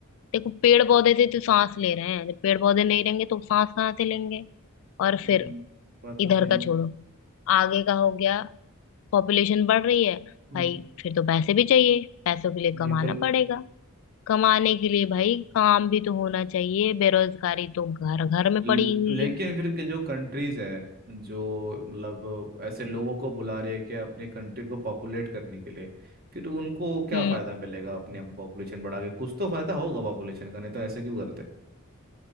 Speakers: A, on the left; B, on the right.
A: देखो पेड़ पौधे से तो सांस ले रहे हैं पेड़ पौधे नहीं रहेंगे तो सांस कहाँ से लेंगे और
B: हम्म,
A: फिर
B: बात
A: इधर
B: तो सही
A: का
B: है
A: छोड़ो आगे का हो गया पॉपुलेशन बढ़ रही है
B: हम्म
A: भाई फिर तो पैसे भी चाहिए पैसों के लिए कमाना
B: बिल्कुल
A: पड़ेगा कमाने के लिए भाई काम भी तो होना चाहिए बेरोजगारी तो घर घर में
B: ल-
A: पड़ी हुई
B: लेकिन
A: है
B: फिर के जो कंट्रीज है जो मतलब ऐसे लोगों को बुला रही है कि अपने कंट्री को पॉपुलेट करने के लिए फिर उनको क्या
A: हम्म
B: फायदा मिलेगा अपने आप पॉपुलेशन बढ़ा के कुछ तो फायदा होगा पॉपुलेशन का नहीं तो ऐसे क्यों करते